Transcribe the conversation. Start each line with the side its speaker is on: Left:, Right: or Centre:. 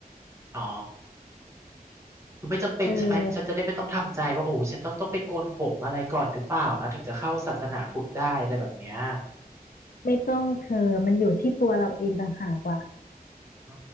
Right: อ๋อ คือไม่จำเป็นใช่ไหม
Left: เออ
Right: ฉันจะได้ไม่ต้องทำใจว่าโอ้ฉันต้องต้องไปโกนผมอะไรก่อนหรือเปล่านะถึงจะเข้าศาสนาพุทธได้อะไรแบบเนี้ย
Left: ไม่ต้องเธอมันอยู่ที่ตัวเราเองต่างหากล่ะ
Right: อ่า